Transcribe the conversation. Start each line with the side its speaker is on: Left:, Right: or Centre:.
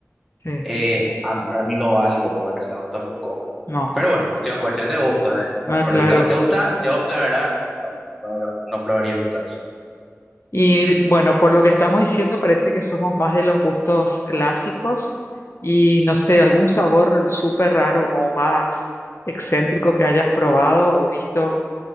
Left: Sí,
Centre: Eh, a- para mí no va el coco en el helado tampoco.
Left: no.
Centre: Pero bueno, cuestión, cuestión de gusto, eh. Por,
Left: Ah,
Centre: por
Left: claro.
Centre: lo visto a vos te gusta, yo la verdad no, no, no, no probaría nunca eso.
Left: Y bueno, por lo que estamos diciendo, parece que somos más de los gustos clásicos y no sé, algún sabor súper raro o más excéntrico que hayas probado o visto,